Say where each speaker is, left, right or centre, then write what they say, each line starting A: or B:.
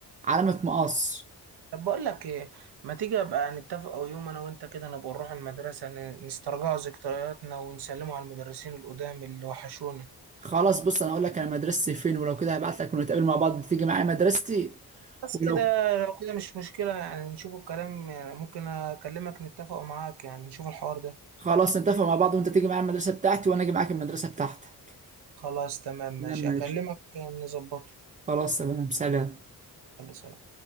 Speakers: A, on the right; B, on the right.
A: علامه مقص
B: طب بقول لك ايه ما تيجي ابقى نتفق او يوم انا وانت كده نبقى نروح المدرسه ن- نسترجع ذكرياتنا ونسلموا على المدرسين القدام اللي وحشونا
A: خلاص بص انا اقول لك انا مدرستي فين ولو كده هبعت لك ونتقابل مع بعض تيجي معايا مدرستي
B: بس
A: ولو
B: كده لو كده مش مشكله يعني نشوف الكلام يعني ممكن اكلمك نتفق معاك يعني نشوف الحوار ده
A: خلاص نتفق مع بعض وانت تيجي معايا المدرسة بتاعتي وانا اجي معاك المدرسة بتاعتك
B: خلاص تمام ماشي
A: تمام ماشي
B: اكلمك نظبطه
A: خلاص تمام سلام
B: يلا سلام